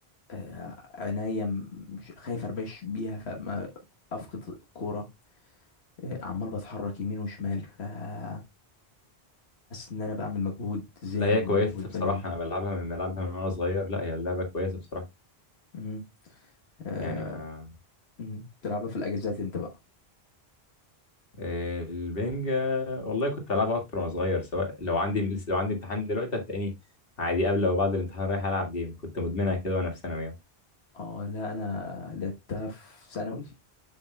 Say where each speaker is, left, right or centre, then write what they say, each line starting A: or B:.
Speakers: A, on the left; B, on the left.
A: آه، عينيا مش خايف اربش بيها فما افقد الكوره آه، عمال بتحرك يمين وشمال فحاسس ان انا بعمل مجهود ذهني
B: لا هي
A: ومجهود
B: كويسة بصراحة
A: بدني
B: أنا بلعبها من بلعبها من وأنا صغير لا هي اللعبة كويسة بصراحة
A: مم. آه،
B: يعني ما
A: مم. بتلعبها في الاجازات انت بقى
B: آه، البنج آه، والله كنت بلعبها اكتر وانا صغير سواء لو عندي لسه لو عندي امتحان دلوقتي هتلاقيني عادي قبل او بعد الامتحان رايح العب جيم كنت مدمنها كده وانا في ثانوي يعني
A: اه لا انا لعبتها في ثانوي